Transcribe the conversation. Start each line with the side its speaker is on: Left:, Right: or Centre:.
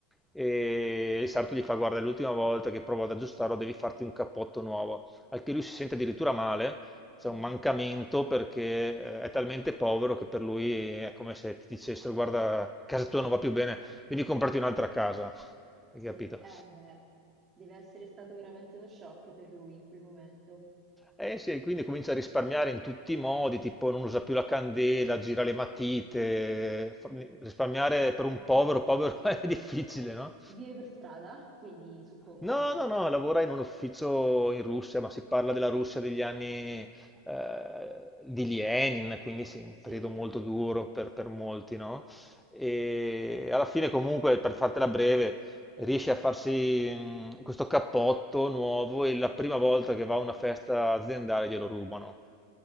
Centre: e il sarto gli fa guarda, è l'ultima volta che provo ad aggiustarlo devi farti un cappotto nuovo, al che lui si sente addirittura male, c'è
Right: mhm.
Centre: un mancamento perché eh, è talmente povero che per lui è come se ti dicessero guarda, casa tua non va più bene, devi comprarti un'altra casa,
Right: Sì,
Centre: hai capito?
Right: eh beh, deve essere stato veramente uno shock per lui in quel momento.
Centre: Eh
Right: M-
Centre: sì, e quindi comincia a risparmiare in tutti i modi, tipo non usa più la candela, gira le matite, fa- risparmiare per un
Right: Ma
Centre: povero, povero <laughs> è difficile, no?
Right: vive per strada, quindi suppongo.
Centre: No,
Right: <laughs>
Centre: no, no, lavora in un ufficio in Russia, ma si parla della Russia degli anni eh, di Lenin, quindi sì, un
Right: Sì,
Centre: periodo molto duro per, per molti, no? E alla fine comunque, per fartela breve, riesce a farsi mh, questo cappotto nuovo e la prima
Right: Mhm.
Centre: volta che va a una festa aziendale glielo rubano.